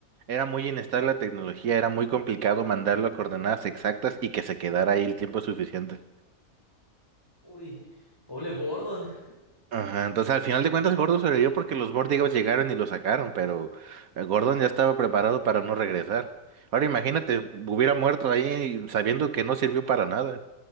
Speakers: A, on the right; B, on the left.
A: Era muy inestable la tecnología, era muy complicado mandarlo a coordenadas exactas y que se quedara ahí el tiempo suficiente.
B: Uy, pobre Gordon.
A: Ajá, entonces al final de cuentas Gordon sobrevivió porque los Vortigos llegaron y lo sacaron, pero eh, Gordon ya estaba preparado para no regresar. Ahora imagínate, hubiera muerto ahí sabiendo que no sirvió para nada.